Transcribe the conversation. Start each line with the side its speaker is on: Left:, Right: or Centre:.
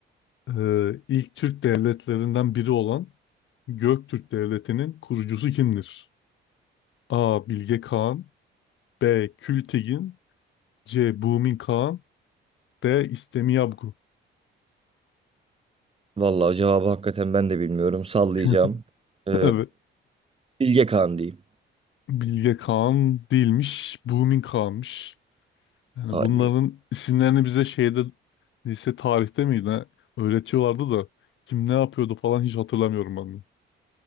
Left: Ee, ilk Türk devletlerinden biri olan Göktürk Devleti'nin kurucusu kimdir? A. Bilge Kağan B. Kültigin C. Bumin Kağan D. İstemiyabgu
Right: Vallahi cevabı hakikaten ben de bilmiyorum. Sallayacağım.
Left: <laughs>
Right: Ee,
Left: Evet.
Right: Bilge Kağan diyeyim.
Left: Bilge Kağan değilmiş. Bumin Kağan'mış. Yani
Right: Hadi.
Left: bunların isimlerini bize şeyde lise tarihte miydi? ne? Öğretiyorlardı da kim ne yapıyordu falan hiç hatırlamıyorum ben de.